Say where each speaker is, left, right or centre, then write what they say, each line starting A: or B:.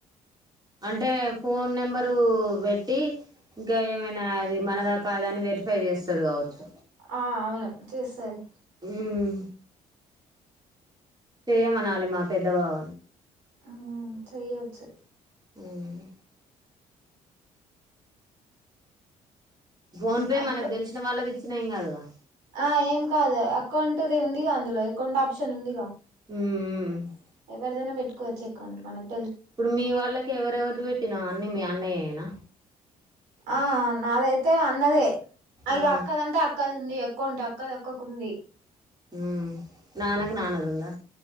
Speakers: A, on the right (about 20°); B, on the right (about 65°).
A: అంటె ఫోన్ నెంబరూ బెట్టి, ఇంక ఏమైన అది మనద కాద అని వెరిఫై? జెస్తరు కావచ్చు.
B: ఆ ఆ అ ఔను చేస్తది.
A: ఉమ్ చెయ్యమనాలి మా పెద్ద బావ
B: ఆ చెయ్యెచ్చు
A: ఉమ్మ్ ఫోన్ పే
B: అట్లు
A: మనకి తెలిసిన వాళ్ళది యిచ్చిన ఏం గాదుగా
B: ఆ ఏం కాదు అకౌంటుది ఉందిగ అందులో ఎకౌంట్ ఆప్షన్ ఉందిగ
A: ఉమ్మ్ ఉమ్మ్
B: ఎవరిదైన బెట్టుకోచ్చు ఎకౌంట్ మనకి
A: ఇప్పుడు మీ వాళ్ళకి ఎవరెవరిది పెట్టినావ్ అన్ని మీ అన్న యేన
B: ఆ నాదైతె అన్నదే అయ్
A: ఆ
B: ఇగ అక్కదంటే అక్కది ఉంది అక్ కొంట్ అక్కది అక్కకుంది
A: హ్మ్ నాన్నకు నాన్నది ఉందా